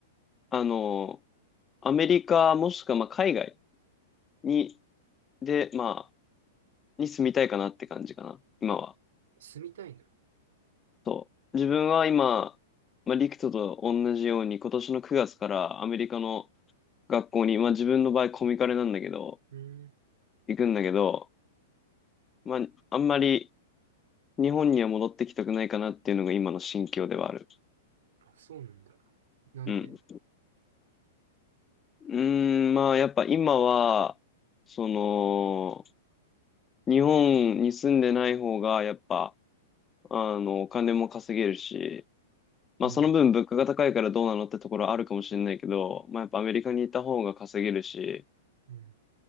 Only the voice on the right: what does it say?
住みたいの
うん。
あ、そうなんだ。なんで
うん。
うん。